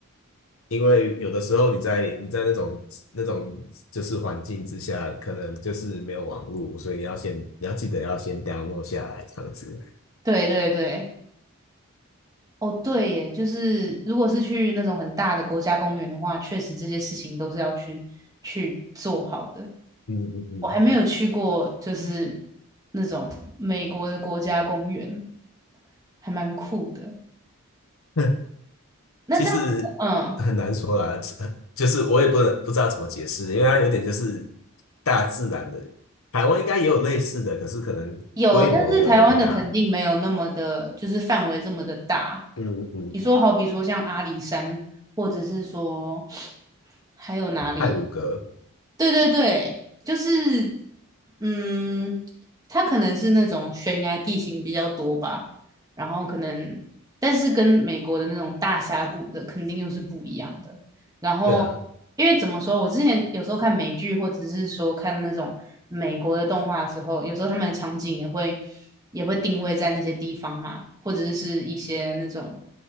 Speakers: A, on the left; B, on the right.
A: 因为有的时候你在你在那种那种就是环境之下，可能就是没有网络，所以你要先你要记得要先 download 下来这样子。
B: 对对对。哦，对耶，就是如果是去那种很大的国家公园的话，确实这些事情都是要去去做好的。
A: 嗯嗯嗯。
B: 我还没有去过，就是那种美国的国家公园，还蛮酷的。
A: <laughs>
B: 那这样，
A: 其实很难说啦，
B: 嗯，
A: 就是我也不能不知道怎么解释，因为它有点就是大自然的。台湾应该也有类似的，可是可能规模没有那么大。
B: 有，但是台湾的肯定没有那么的，就是范围这么的大。
A: 嗯嗯，
B: 你说，好比说像阿里山，或者是说还有哪里啊
A: 太鲁阁，
B: 对对对，就是，嗯，它可能是那种悬崖地形比较多吧，然后可能，但是跟美国的那种大峡谷的肯定又是不一样的。然后，
A: 对啊，
B: 因为怎么说，我之前有时候看美剧或者是说看那种美国的动画的时候，有时候他们的场景也会也会定位在那些地方嘛，或者是一些那种，